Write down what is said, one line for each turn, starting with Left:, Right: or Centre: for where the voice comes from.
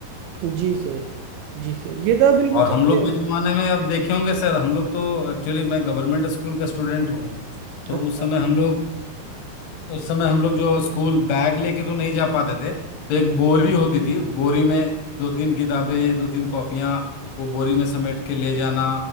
Right: हैं जी सर जी सर ये तो आप बिल्कुल
Left: और
Right: सही
Left: हम
Right: कह
Left: लोग
Right: रहे हैं
Left: के जमाने में अब देखे होंगे सर हम लोग तो एक्चुअली मैं गवर्नमेंट स्कूल का स्टूडेंट हूँ तो
Right: अच्छा
Left: उस समय हम लोग उस समय हम लोग जो स्कूल बैग लेके तो नहीं जा पाते थे तो एक बोरी होती थी बोरी में दो तीन किताबें दो तीन कॉपियां वो बोरी में समेट के ले जाना